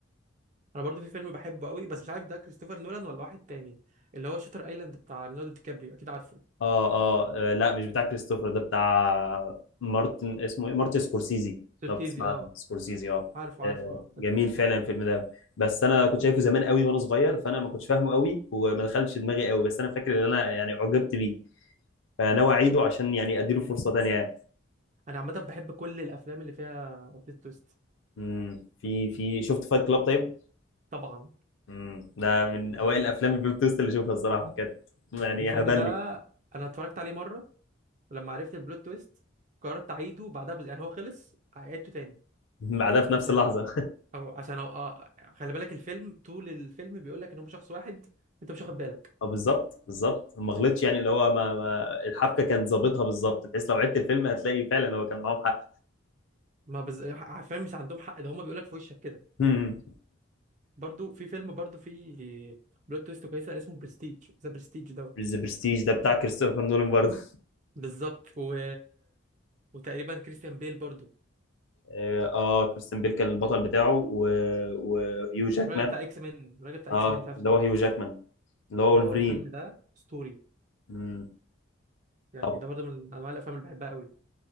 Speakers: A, on the right; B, on the left.
A: انا برضه في فيلم بحبه قوي بس مش عارف ده كريستوفر نولان ولا واحد تاني اللي هو شاتر ايلاند بتاع ليوناردو دي كابريو اكيد عارفه
B: آه, اه آه، لا مش بتاع كريستوفر ده بتاع مارتن اسمه ايه مارتن سكورسيزي
A: تركيزي
B: لو بتسمع
A: اه
B: عن سكورسيزي اه
A: عارف عارف
B: آه،
A: اه
B: جميل فعلا الفيلم ده بس انا كنت شايفه زمان قوي وانا صغير فانا ما كنتش فاهمه قوي وما دخلش دماغي قوي بس انا فاكر ان انا يعني عجبت بيه فناوي اعيده عشان يعني اديله فرصه تانيه يعني
A: انا عامه بحب كل الافلام اللي فيها بلوت تويست
B: مم. في في شفت فايت كلاب طيب
A: طبعا
B: مم. ده من
A: يعني
B: اوائل الافلام البلوت تويست اللي اشوفها الصراحه كانت يعني
A: الفيلم
B: هبلني
A: ده انا اتفرجت عليه مره ولما عرفت البلوت تويست قررت اعيده بعدها بز... يعني هو خلص عيدته تاني
B: بعدها في نفس
A: عشان
B: اللحظه
A: أو عشان أو... آه... خلي بالك الفيلم طول الفيلم بيقول لك ان هم شخص واحد انت مش واخد بالك
B: <laughs> اه بالظبط بالظبط ما غلطش يعني اللي هو ما, ما الحبكه كانت ظابطها بالظبط بحيث لو عدت الفيلم هتلاقي فعلا هو كان معاهم حق
A: ما بز... عارفين مش عندهم حق ده هم بيقول لك في وشك كده
B: مم.
A: برضو في فيلم برضو في بلوت تويست كويسه اسمه برستيج ذا برستيج دوت
B: ذا برستيج ده بتاع كريستوفر نولان برضه
A: بالظبط و... وتقريبا كريستيان بيل برضو
B: اه آه، كريستيان بيل كان البطل بتاعه و... وهيو جاكمان
A: والراجل بتاع اكس مان الراجل بتاع
B: اه
A: اكس مان مش عارف
B: اللي
A: اسمه
B: هو هيو
A: إيه.
B: جاكمان اللي هو
A: اه
B: ولفرين
A: الفيلم ده اسطوري
B: مم.
A: يعني
B: طب
A: ده برضه من انواع الافلام اللي بحبها قوي